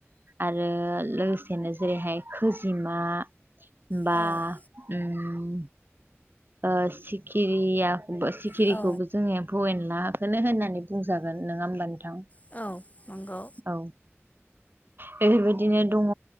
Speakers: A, on the right; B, on the left.
A: आरो लोगोसेनो जेरैहाय खोजिमा बा
B: औ
A: उम ओ सिखिरिया सिखिरिखौबो
B: औ
A: जोंनि एम्फौ एनलाखौनो होननानै बुंजागोन नङा होमबा नोंथां।
B: औ। नंगौ
A: औ बेफोरबायदिनो दङ